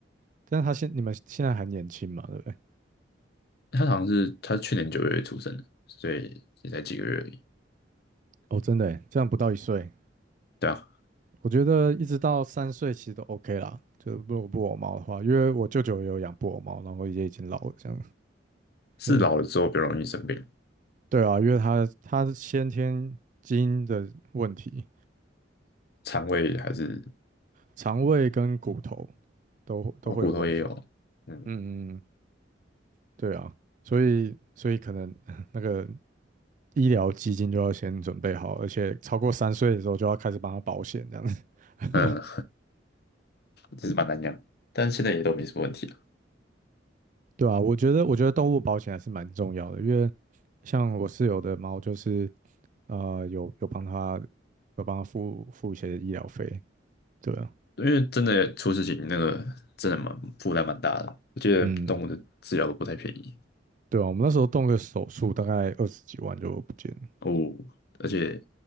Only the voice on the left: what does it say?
它好像是它是去年九月出生的，所以也才几个月而已。
对啊，
是老了之后比较容易生病，
肠胃还是
哦骨头也有，嗯
嗯，其实蛮难养，但是现在也都没什么问题了，
因为真的出事情那个真的蛮负担蛮大的，我觉得动物的治疗都不太便宜。
哦，而且